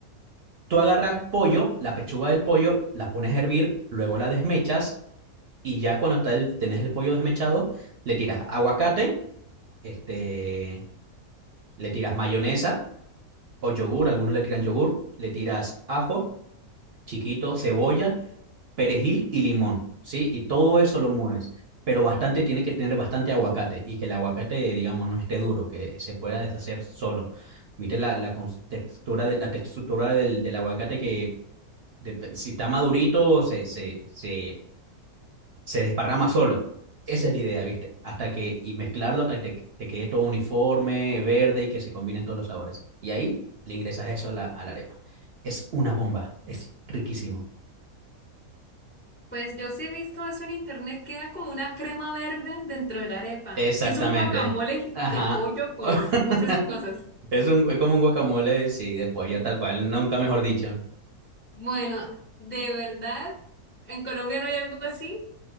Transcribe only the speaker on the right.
Tú agarras pollo, la pechuga del pollo, la pones a hervir, luego la desmechas y ya cuando está el, tenés el pollo desmechado, le tiras aguacate, este, le tiras mayonesa o yogur, algunos le tiran yogur, le tiras ajo chiquito, cebolla, perejil y limón, ¿sí? Y todo eso lo mueves, pero bastante tiene que tener bastante aguacate y que el aguacate, digamos, no esté duro, que se pueda deshacer solo. ¿Viste la, la cons- textura, de, la textura del, del aguacate que de- si está madurito se, se, se se desparrama solo. Esa es la idea, ¿viste? Hasta que, y mezclarlo hasta que te, te quede todo uniforme, verde y que se combinen todos los sabores. Y ahí le ingresas eso a la, a la arepa. Es una bomba, es riquísimo.
Exactamente.
Ajá.
<laughs>
Es un, es como un guacamole, sí, de pollo, tal cual, nunca mejor dicho.